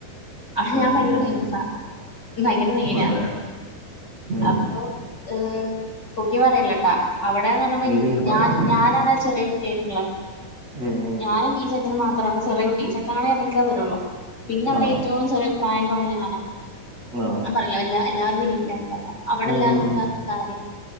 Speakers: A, on the left; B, on the right.
A: അവ്ടെ ഞാൻ
B: ഓ
A: ഭയങ്കര
B: ഓ ഓ
A: ഫെയ്മസാ ഭയങ്കര മെയ്നാ.
B: അതെ ഉം
A: അപ്പൊ എഹ് പൊക്കി പറയല്ലെട്ടാ. അവിടെന്ന് പർഞുമ്പം
B: ഇല്ലില്ല പറഞ്ഞോ
A: ഞാൻ ഞാനാണ് ചെറിയ കുട്ട്യായ്ട്ടിള്ളത്.
B: ഉം
A: ഞാനും ഈ ചെക്കനും മാത്രാണ് അവ്ടെ ചെറ്യേക്കുട്ടി. ഈ ചെക്കനാണേ എടക്കേ വെരൊളളൂ. പിന്നെ അവിടെ
B: ഉം ഉം ആഹ്
A: ഏറ്റവും ചെറിയ പ്രായം കുറഞ്ഞത് ഞാനാ.
B: ആഹ്
A: ഞാൻ പറയല്ല എല്ലാ എല്ലാവരും വലിയ വലിയ ആൾക്കാരാ. അവിടെ
B: ഉം
A: എല്ലാർക്കും
B: ഉം
A: ക കാര്യാ.